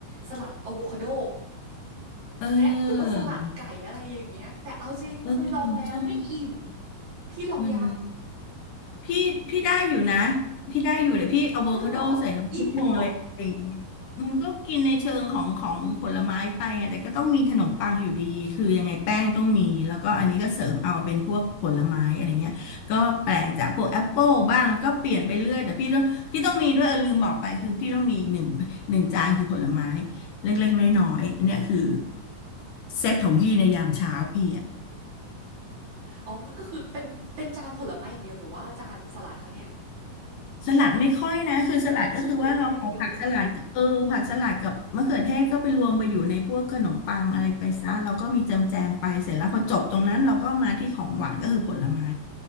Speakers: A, on the right; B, on the left.
A: สลัดอะโวคาโด
B: เออ
A: แม้หรือว่าสลัดไก่อะไรอย่างเงี้ยแต่เอาจริงเคยลองแล้วไม่อิ่ม
B: เออใช่
A: พี่ลองยัง
B: มันพี่พี่ได้อยู่นะพี่ได้อยู่เลยพี่อะโวคาโดใส่น้ำผึ้งอะไรอย่างเงี้ยมันก็กินในเชิงของของผลไม้ไปไงแต่ก็ต้องมีขนมปังอยู่ดีคือยังไงแป้งต้องมีแล้วก็อันนี้ก็เสริมเอาเป็นพวกผลไม้อะไรเงี้ยก็แปลงจากพวกแอปเปิลบ้างก็เปลี่ยนไปเรื่อยแต่พี่ต้องพี่ต้องมีด้วยเออลืมบอกไปคือพี่ต้องมีหนึ่งหนึ่งจานคือผลไม้
A: ได้เหรออิ่มเหมอ
B: เล็กๆน้อยๆเนี่ยคือเซตของพี่ในยามเช้าพี่
A: อ๋อมันก็คือเป็นเป็นจานผลไม้อย่างเดียวหรือว่าจานสลัดคะเนี่ย
B: สลัดไม่ค่อยนะคือสลัดก็คือว่าเราเอาผักสลัดกับเออผักสลัดกับมะเขือเทศก็ไปรวมไปอยู่ในพวกขนมปังอะไรไปซะเราก็มีแจมแจมไปเสร็จแล้วพอจบตรงนั้นเราก็มาที่ของหวานก็คือผลไม้
A: ก็คือผลไม้อย่างเดียวเลย